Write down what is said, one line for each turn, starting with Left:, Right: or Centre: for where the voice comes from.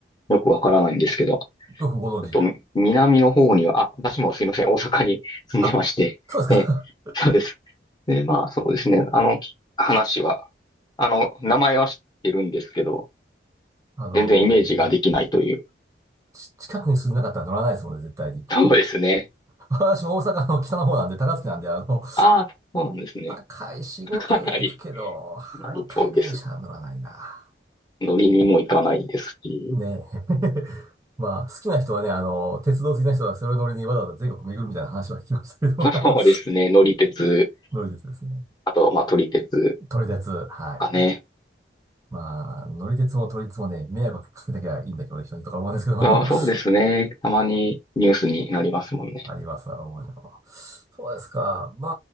Left: よくわからないんですけど。
Right: よくご存知で。
Left: っと、南の方には、あ、私もすいません、大阪に <laughs> 住んでまして、
Right: あ、そうですか。
Left: ええ、そうです。で、まあ、そうですね、あの、き話は、あの、名前は知ってるんですけど、
Right: <laughs> あのー
Left: 全然イメージができないという。
Right: ち近くに住んでなかったら乗らないですもんね、絶対に。
Left: そうですね。
Right: 私も大阪の北の方なんで、高槻なんで、あの、
Left: ああ、そうなんですね。
Right: 堺仕事では行くけど、
Left: <laughs> かなり、
Right: 阪堺電車は乗らないな。
Left: かなり遠いです。乗りにも行かないですし、
Right: ねえ。<laughs> まあ、好きな人はね、あの、鉄道好きな人はそれを乗りにわざわざ全国巡るみたいな話は聞きましたけど、
Left: <laughs>
Right: <laughs> あの
Left: そうですね、乗り鉄、
Right: 乗り鉄ですね。
Left: あと、まあ、撮り鉄
Right: 撮り鉄、はい。
Left: かね。
Right: まあ、乗り鉄も撮り鉄もね、迷惑かけなきゃいいんだけどね、人にとか思うんですけど、
Left: あ、
Right: <laughs>
Left: そうですね、たまにニュースになりますもんね。
Right: あります、なるほど。そうですか。ま